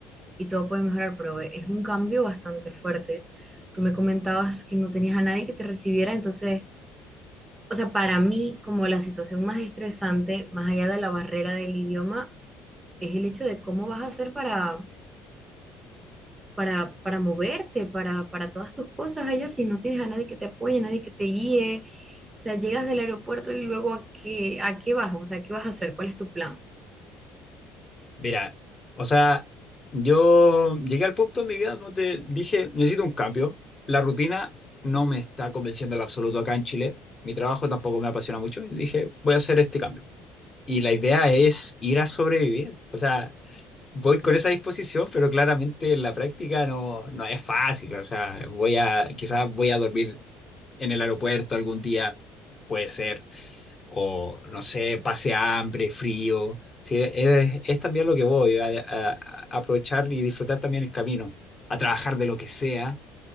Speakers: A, on the right; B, on the left.
A: y todo puede mejorar, pero es un cambio bastante fuerte. Tú me comentabas que no tenías a nadie que te recibiera, entonces, o sea, para mí como la situación más estresante, más allá de la barrera del idioma, es el hecho de cómo vas a hacer para, para, para moverte, para, para todas tus cosas allá, si no tienes a nadie que te apoye, nadie que te guíe. O sea, llegas del aeropuerto y luego a qué, a qué vas, o sea, ¿qué vas a hacer? ¿Cuál es tu plan?
B: mira, o sea, yo llegué al punto en mi vida donde dije, necesito un cambio. La rutina no me está convenciendo en absoluto acá en Chile. Mi trabajo tampoco me apasiona mucho. Y dije, voy a hacer este cambio. Y la idea es ir a sobrevivir. O sea, voy con esa disposición, pero claramente en la práctica no, no es fácil. O sea, voy a, quizás voy a dormir en el aeropuerto algún día, puede ser, o no sé, pase hambre, frío. Sí, es, es también lo que voy, a, a- a aprovechar y disfrutar también el camino, a trabajar de lo que sea,